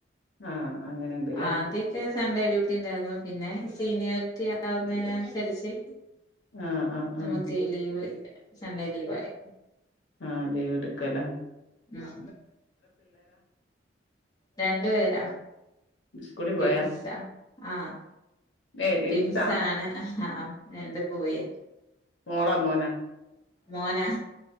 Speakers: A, on the left; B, on the left.
A: ആഹ് അങ്ങനെണ്ട്ല്ലേ
B: ആദ്യ യൊക്കെ സൺഡേ ഡ്യൂട്ടി ഉണ്ടായിരുന്നു പിന്നെ സീനിയോറിറ്റി ആവുന്നതിനനുസരിച്ച്
A: ആഹ് ആഹ്
B: നമുക്ക്
A: ആഹ്
B: ലീവ് സൺഡേ ലീവയി
A: ആഹ് അതെ വിടുക്കല
B: ഉം രണ്ട് പേരാ
A: സ്കൂളിൽ
B: ടിൻസ
A: പോയാ
B: ആഹ്
A: ഏഹ് ട്വിൻസാ
B: ട്വിൻസ് ആണ് രണ്ട് ബോയ്
A: മോള മോന
B: മോന